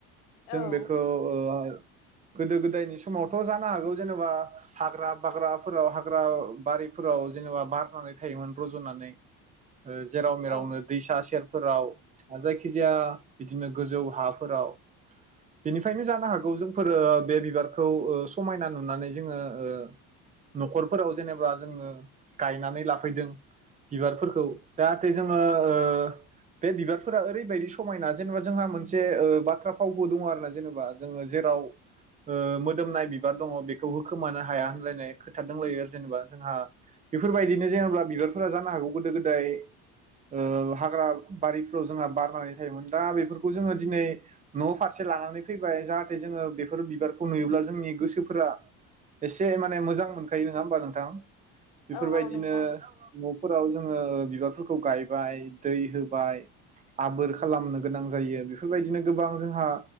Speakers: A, on the left; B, on the right.
A: औ
B: जों बेखौ ओ गोदो गोदायनि समावथ जानो हागौ जेनेबा हाग्रा बाग्राफोराव हाग्रा बारिफोराव जेनेबा बारनानै थायोमोन रजनानै ओ जेराव
A: औ
B: मेरावनो दैसा सेरफोराव जायखिजाया बिदिनो गोजौ हाफोराव बेनिफ्रायनो जानो हागौ जोंफोरो बे बिबारखौ ओ समायना नुनानै जोङो ओ नखरफोराव जेनेबा जोङो गायनानै लाफैदों बिबारफोरखौ जाहाथे जोङो ओ बे बिबारफोरा ओरैबायदि समायना जेनेबा जोंहा मोनसे ओ बाथ्रा फावबो दङ आरोना जेनेबा जोङो जेराव ओ मोदोमनाय बिबार दङ बे। थेवबो खोमानो हाया होनलायनाय खोथा दोंलायो आर। जेनेबा जोंहा बेफोरबायदिनो जायाब्ला बिबारफोरा जानो हागौ गोदो गोदाय ओ हाग्रा बारिफ्राव जोंहा बारनानै थायोमोन दा बेफोरखौ जोङो दिनै न' फारसे लानानै फैबाय जाहाथे जोङो बेफोर बिबार खौ नुयोब्ला जोंनि गोसोफोरा। एसे माने मोजां मोनखायो नङा होमबा नों दां बेफोरबायदिनो
A: औ औ नोंथां
B: फोराव जोङो बिबारफोरखौ गाय बाय दै होबाय आबोर खालामनो गोनां जायो बेफोरबायदिनो गोबां जोंहा